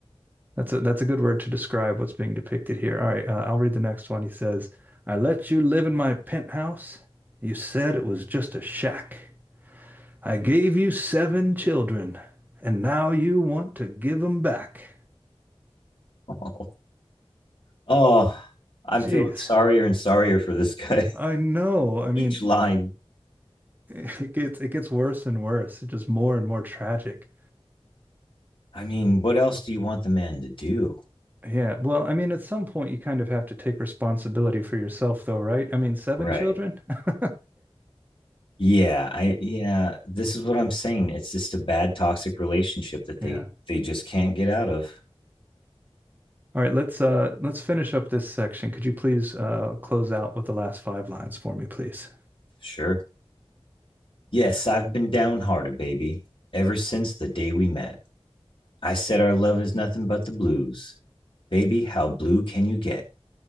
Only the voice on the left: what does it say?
<laughs> Oh, oh, I'm
feeling sorrier and sorrier for this guy.
<laughs>
Each line.
I mean, what else do you want the man to do?
Right.
Yeah, I yeah, this is what I'm saying. It's just a bad toxic relationship that they
they just can't get out of.
Sure. Yes, I've been downhearted, baby, ever since the day we met. I said our love is nothing but the blues. Baby, how blue can you get?